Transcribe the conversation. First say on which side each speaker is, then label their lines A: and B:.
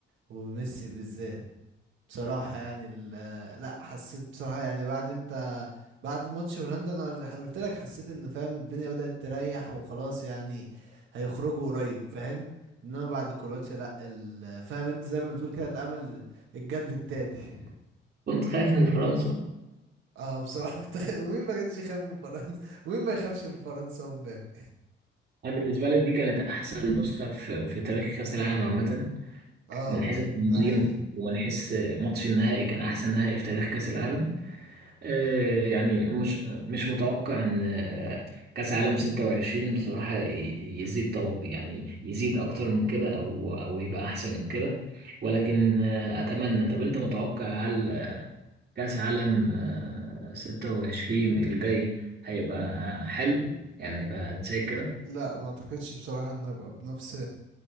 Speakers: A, on the right; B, on the right.
A: وميسي بالذات بصراحة يعني ال- لا حسيت بصراحة يعني بعد انت بعد ماتش هولندا انا قلت لك حسيت ان فاهم الدنيا بدأت تريح وخلاص يعني هيخرجوا قريب فاهم انما بعد كرواتيا لا ال- فاهم انت زي ما بتقول كده الامل اتجدد تاني
B: كنت خايف من فرنسا
A: اه بصراحة كنت <laughs> ومين ما كانش يخاف من فرنسا ومين ما يخافش من فرنسا ومبابي
B: انا بالنسبة لي دي كانت احسن نسخة في, في تاريخ كأس العالم عامة
A: اه
B: من حيث التنظيم
A: ده حقيقي
B: ومن حيث ماتش النهائي كان احسن نهائي في تاريخ كأس العالم آه، يعني مش مش متوقع ان آه، كاس عالم 26 بصراحة ي- يزيد طبق يعني يزيد اكتر من كده او او يبقى احسن من كده ولكن آه، اتمنى طب انت متوقع هل كاس عالم آه، 26 الجاي هيبقى حلو يعني هيبقى زي كده
A: لا ما اعتقدش بصراحة ان هبقى بنفس